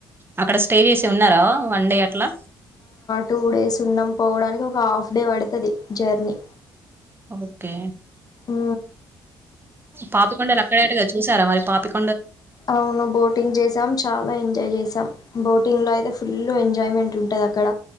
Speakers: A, on the right; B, on the left.
A: అక్కడ స్టే చేసి ఉన్నారా వన్ డే అట్లా
B: టూ డేస్ ఉన్నాం పోవడానికి ఒక హాఫ్ డే పడుతది జర్నీ.
A: ఓకే
B: ఉ
A: పాపికొండలు అక్కడేటగా చూసారా మరి పాపిక
B: అవును బోటింగ్ చేసాం, చాలా ఎంజాయ్ చేసాం. బోటింగ్ లో అయితే ఫుల్ ఎంజాయ్మెంట్ ఉంటది అక్కడ.